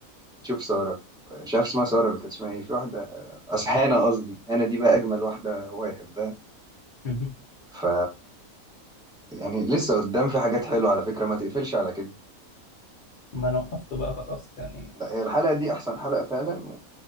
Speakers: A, in the centre; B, on the left (about 65°).
A: هتشوف سارة مش عارف اسمها سارة اللي كانت اسمها ايه في واحدة أصل هانا قصدي هانا دي بقى اجمل واحدة هو يحبها
B: مم.
A: ف يعني لسه قدام في حاجات حلوة على فكرة ما تقفلش على كده
B: ما انا وقفت بقى خلاص يعني
A: لا هي الحلقة دي احسن حلقة فعلا